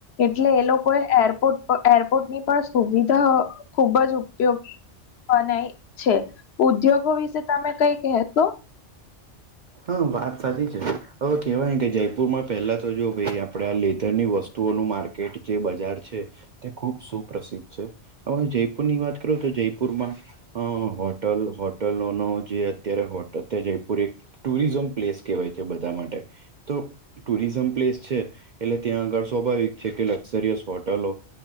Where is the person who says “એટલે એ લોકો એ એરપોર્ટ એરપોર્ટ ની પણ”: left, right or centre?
Left